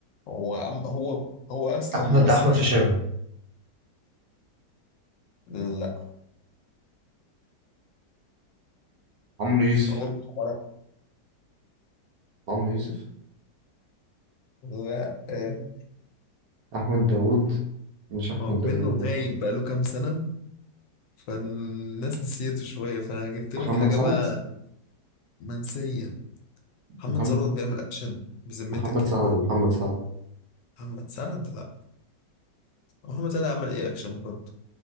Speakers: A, on the left; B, on the right.
A: هو عم هو هو أصلا
B: احمد
A: ممثل
B: احمد فشاوي
A: لا
B: عمرو يوسف
A: غلط حمارك
B: عمرو يوسف
A: لا آه،
B: احمد داوود مش احمد
A: ما هو
B: داوود
A: منه
B: لا
A: غايب بقاله كام سنة فالناس نسيته شوية فأنا جبت
B: محمد
A: لك حاجة
B: سعد
A: بقى منسية محمد
B: محمد
A: ثروت بيعمل أكشن بذمتك
B: محمد
A: يعني
B: سعد محمد سعد
A: محمد سعد لا محمد سعد عمل إيه أكشن برضه